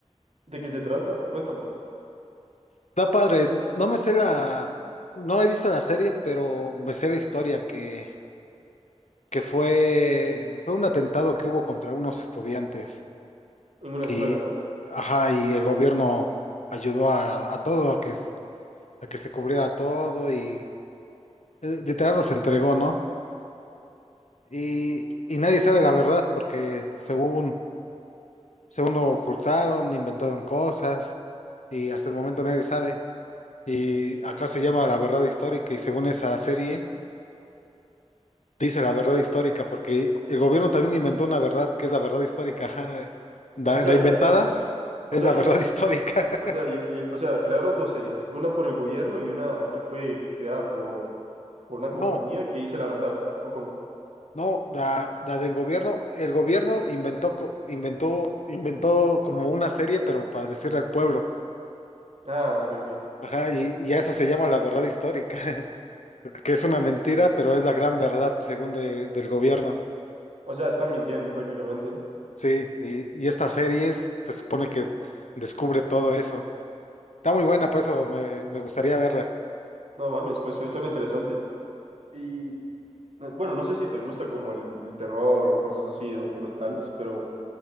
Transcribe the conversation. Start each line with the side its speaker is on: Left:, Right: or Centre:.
Right: ¿De qué se trata? Cuéntame.
Left: Está padre, no me sé la, no he visto la serie, pero me sé la historia que, que fue, fue un atentado que hubo contra unos estudiantes.
Right: En una
Left: Que,
Right: escuela, ¿no?
Left: ajá, y el gobierno ayudó a, a todo a que a que se cubriera todo y eh, literal los entregó, ¿no? Y, y nadie sabe la verdad porque según, según lo ocultaron, inventaron cosas y hasta el momento nadie sabe. Y acá se llama La Verdad Histórica y según esa serie dice la verdad histórica porque el gobierno también inventó una verdad que es la verdad histórica. <laughs> ajá. La,
Right: O sea,
Left: la inventada
Right: y- o
Left: es
Right: sea,
Left: la verdad
Right: y-
Left: histórica. <laughs>
Right: O sea, y- y- o sea, crearon dos series, una por el gobierno y una que fue creada por, por una compañía
Left: No.
Right: que dice la verdad. ¿O cómo?
Left: No, la, la del gobierno, el gobierno inventó, co- inventó, inventó como una serie, pero para decirle al pueblo.
Right: Ah, ok, ok.
Left: Ajá, y, y a eso se llama la verdad histórica, <laughs> que es una mentira, pero es la gran verdad según de- del gobierno.
Right: O sea, están mintiendo prácticamente.
Left: Sí, y, y esta serie es- se supone que descubre todo eso. Está muy buena, por eso me, me gustaría verla.
Right: No mames, pues su- suena interesante. Y eh, bueno, no sé si te gusta como el, el terror o cosas así, documentales, pero